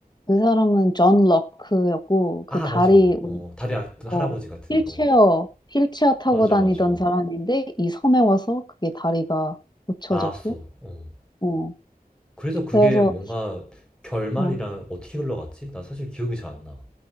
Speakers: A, on the left; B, in the centre.
A: 그 사람은 존 럭크였고
B: 아,
A: 그 다리
B: 맞아. 어,
A: 올-
B: 다리 아픈
A: 어
B: 할아버지 같은.
A: 휠체어
B: 어.
A: 휠체어 타고
B: 맞아,
A: 다니던
B: 맞아.
A: 사람인데 이 섬에 와서 그게 다리가 고쳐졌고
B: 나왔어. 어.
A: 어
B: 그래서 그게
A: 그래서
B: 뭔가 결말이랑
A: 어,
B: 어떻게 흘러갔지? 나 사실 기억이 잘 안 나.